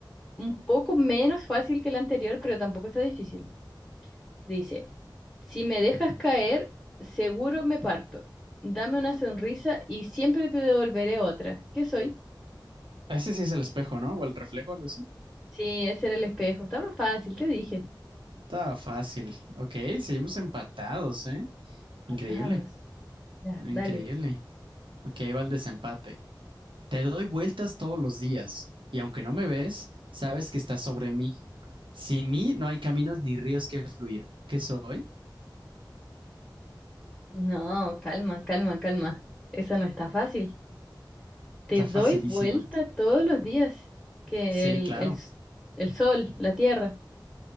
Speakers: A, in the centre; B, on the right.
A: un poco menos fácil que la anterior, pero tampoco está difícil. Dice, si me dejas caer, seguro me parto. Dame una sonrisa y siempre te devolveré otra. ¿Qué soy?
B: Ese sí es el espejo, ¿no? O el reflejo, algo así.
A: Sí, ese era el espejo. Estaba fácil, te dije.
B: Está fácil. Ok, seguimos empatados, ¿eh?
A: patados
B: Increíble,
A: Ya,
B: increíble.
A: dale.
B: Ok, va el desempate. Te doy vueltas todos los días, y aunque no me ves, sabes que estás sobre mí. Sin mí no hay caminos ni ríos que fluir. ¿Qué soy?
A: No, calma, calma, calma. Esa no está fácil. Te
B: Está
A: doy
B: facilísima.
A: vuelta todos los días. Que
B: Sí,
A: el,
B: claro.
A: el, s- el sol, la tierra.